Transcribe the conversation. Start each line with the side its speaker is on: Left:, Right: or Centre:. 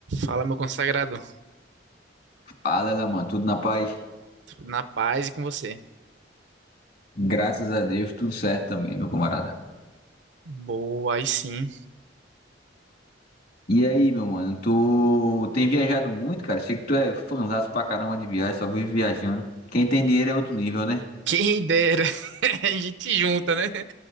Right: Fala, meu consagrado.
Left: Fala, ela, mano, tudo na paz?
Right: Na paz e com você.
Left: Graças a Deus, tudo certo também, meu camarada.
Right: Boa, aí sim.
Left: E aí, meu mano, tu tem viajado muito, cara? Sei que tu é fanzaço pra caramba de viagem, só vive viajando. Quem tem dinheiro é outro nível, né?
Right: Quem dera. <laughs> A gente junta, né? A